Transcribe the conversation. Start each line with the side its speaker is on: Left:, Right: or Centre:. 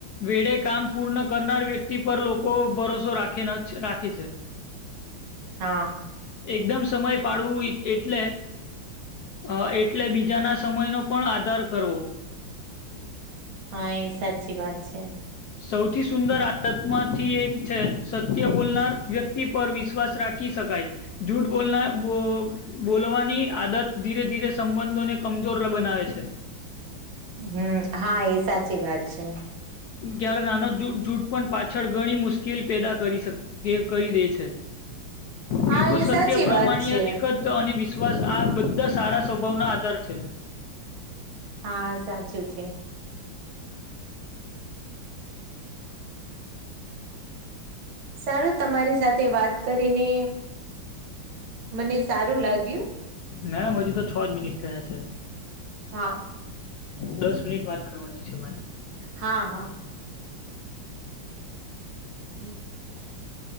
Left: વેડે કામ પૂર્ણ કરનાર વ્યક્તિ પર લોકો ભરોસો રાખે ન રાખે છે. <inaudible>
Right: હા.
Left: એકદમ સમય પાડવું એટલે અ એટલે બીજાના સમયનો પણ આધાર કરવો.
Right: હા એ સાચી વાત છે.
Left: સૌથી સુંદર આત્માથી એક છે સત્ય બોલનાર વ્યક્તિ પર વિશ્વાસ રાખી શકાય જૂઠ બોલના બો બોલવાની આદત ધીરે ધીરે સંબંધોને કમજોર બનાવે છે.
Right: હમ હા એ સાચી વાત છે.
Left: ક્યારે નાનો જૂટ પણ પાછળ ઘણી મુશ્કેલી પેદા કરી શક કે કરી દે છે બિલકુલ
Right: હા એ
Left: સત્ય
Right: સાચી
Left: પ્રમાણ્યની
Right: વાત છે
Left: અને વિશ્વાસ આ બધા સારા સ્વભાવના આધાર છે.
Right: હા સાચું છે. સારું તમારી સાથે વાત કરીને મને સારું લાગ્યું.
Left: મેમ હજી તો છ જ મિનિટ થયા છે.
Right: હા.
Left: દસ મિનિટ વાત કરવાની છે.
Right: હા હા. <inaudible>